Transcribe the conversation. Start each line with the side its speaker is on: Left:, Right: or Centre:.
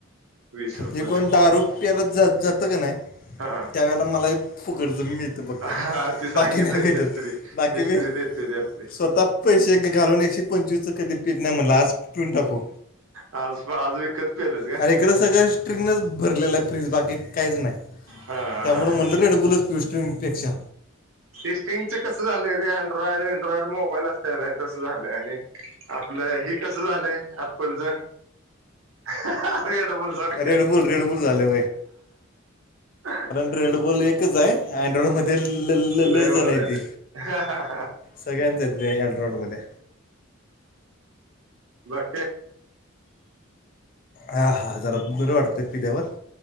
Right: वीस रुपयाला
Left: हे कोण दारू पियला जातं का नाही
Right: हा
Left: त्यावेळे ला मला पुकडचं मिळत ते बघत
Right: हा ते सांगितलंय
Left: बाकी नाही भेटत
Right: मिस्त्री
Left: बाकी
Right: मिस्त्री
Left: मी
Right: देते ते आपले
Left: स्वतः पैसे घालून एकशे पंचवीसचं कधी पीट नाही म्हटलं आज पिटून टाकू
Right: आज आज पेलच का
Left: कार इकडं सगळं स्ट्रिंगनेच भरलेलं आहे फ्रीज बाकी काहीच नाही.
Right: हा
Left: त्यामुळे म्हणलं रेडबुलच पष्टपेक्षा
Right: सिस्टिंगचे कसं झालंय रे अँड्रॉइड वेनड्रॉइड मोबाईल असत नाही तसं झालं आणि आपलं हे कसं झालंय अप्पलच <unintelligible> अड पुोलसार का
Left: रेडबुल रेडबुल झालं
Right: <unintelligible>
Left: रेड बॉल एकच आहे अँड्रॉइड मध्ये ते लल
Right: लय
Left: लई
Right: व्हरायटी
Left: जणयती
Right: आहेत
Left: सगळ्यांच येत रे एड रोडमध्येध्ये
Right: बस
Left: हां हां जरा बरं वाटतते पिल्या वर